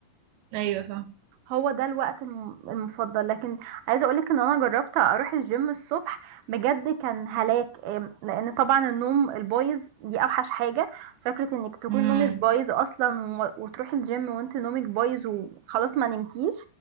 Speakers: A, on the right (about 85°); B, on the right (about 70°).
A: ايوه فاهمه
B: هو ده الوقت الم- المفضل لكن عايزه اقولك ان انا جربت اروح الجيم الصبح بجد كان هلاك أم، لان طبعا النوم البايظ دي اوحش حاجه فكره انك تكون
A: امم
B: نومك بايظ اصلا و- وتروحي الجيم وانت نومك بايظ وخلاص ما نمتيش